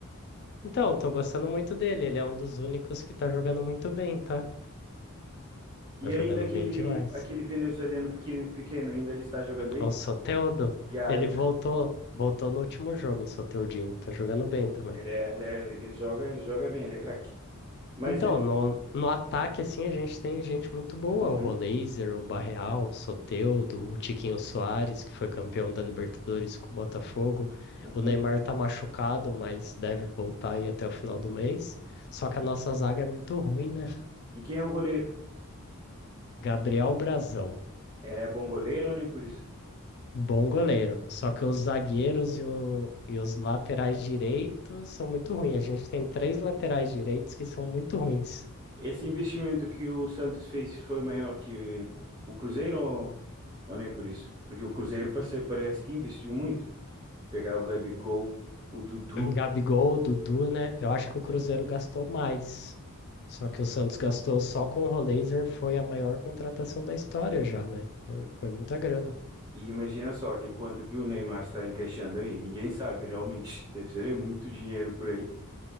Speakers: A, on the left; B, on the right.
A: Então, tô gostando muito dele. Ele é um dos únicos que tá jogando muito bem, tá?
B: E
A: Tá jogando
B: ainda aquele,
A: bem demais.
B: aquele venezuelano pequeno, pequeno, ainda ele está jogando aí?
A: O Soteldo,
B: E ainda,
A: ele voltou, voltou no último jogo, o Soteldinho. Tá jogando bem também.
B: ele, é- ele, é- ele joga, ele joga bem, ele é craque. Mas,
A: Então,
B: eh,
A: no, no ataque, assim, a gente tem gente muito boa,
B: uhum,
A: o Rolazer, o Barreal, o Soteldo, o Tiquinho Soares, que foi campeão da Libertadores com o Botafogo.
B: uhum.
A: O Neymar tá machucado, mas deve voltar aí até o final do mês. Só que a nossa zaga é muito ruim, né?
B: E quem é o goleiro?
A: Gabriel Brazão,
B: Ele é bom goleiro ou nem por isso?
A: bom goleiro. Só que os zagueiros e, o- e os laterais direitos são muito ruins. A gente tem três laterais direitos que são muito ruins.
B: Esse investimento que o Santos fez foi maior que o Cruzeiro ou, ou nem por isso? Porque o Cruzeiro passe- parece que investiu muito. Pegar o Gabigol, o Dudu,
A: Gabigol, Dudu, né? Eu acho que o Cruzeiro gastou mais. Só que o Santos gastou só com o Rolaser, foi a maior contratação da história já, né? Então, foi muita grana.
B: e imagina só que quanto que o Neymar está encaixando aí. Ninguém sabe realmente. <laughs> Deve ser muito dinheiro por aí.